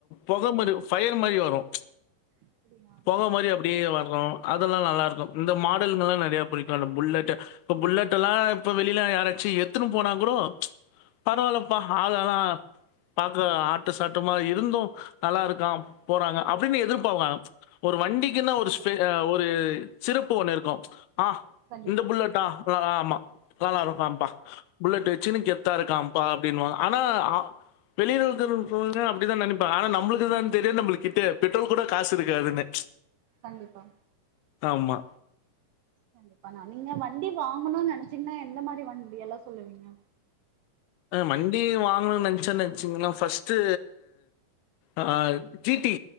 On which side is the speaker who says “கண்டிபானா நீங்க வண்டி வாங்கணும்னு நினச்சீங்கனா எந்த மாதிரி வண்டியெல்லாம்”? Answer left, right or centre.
Right